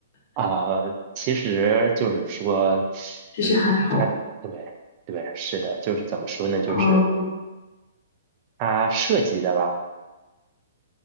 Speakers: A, on the right (about 35°); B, on the left (about 50°).
A: 啊，其实就是说，
B: 其实还好。
A: 嗯，它对对是的，就是怎么说呢，就是
B: 嗯
A: 它设计的吧，